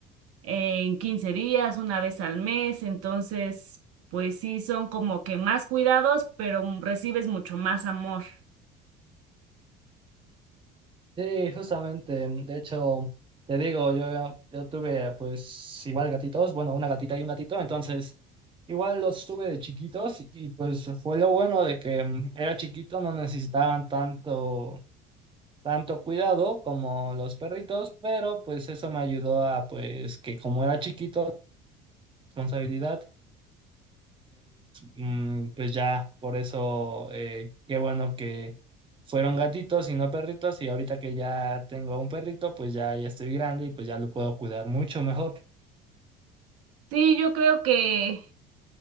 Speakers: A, on the right (about 50°); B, on the right (about 15°).
A: en 15 días, una vez al mes, entonces, pues sí, son como que más cuidados, pero m- recibes mucho más amor.
B: Sí, justamente. mm, De hecho, te digo, yo, yo tuve pues igual gatitos, bueno, una gatita y un gatito, entonces igual los tuve de chiquitos y, y, pues fue lo bueno de que mm, era chiquito, no necesitaban tanto, tanto cuidado como los perritos, pero pues eso me ayudó a pues que como era chiquito, responsabilidad mm, pues ya, por eso, eh, qué bueno que fueron gatitos y no perritos, y ahorita que ya tengo un perrito, pues ya, ya estoy grande y pues ya lo puedo cuidar mucho mejor.
A: Sí, yo creo que,